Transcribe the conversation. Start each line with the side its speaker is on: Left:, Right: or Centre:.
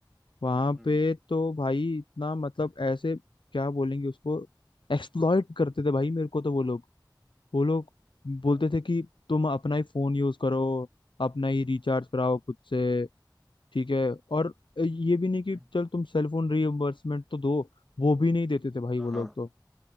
Left: वहां
Centre: हम्म हम्म
Left: पे तो भाई इतना मतलब ऐसे क्या बोलेंगे उसको एक्सप्लॉइट करते थे भाई मेरे को तो वो लोग वो लोग
Centre: अच्छा।
Left: बोलते थे कि तुम अपना ही फोन यूज करो अपना ही रिचार्ज कराओ खुद से ठीक है और ये भी नहीं
Centre: हम्म,
Left: कि चल तुम सेल फोन रीइम्बर्समेंट तो दो वो भी नहीं देते थे भाई
Centre: हाँ
Left: वो
Centre: हाँ।
Left: लोग तो